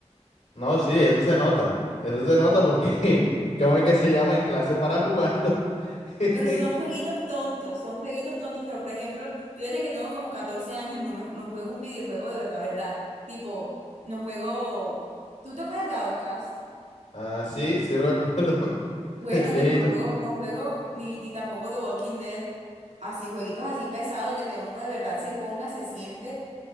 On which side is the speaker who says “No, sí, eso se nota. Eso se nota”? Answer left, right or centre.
Left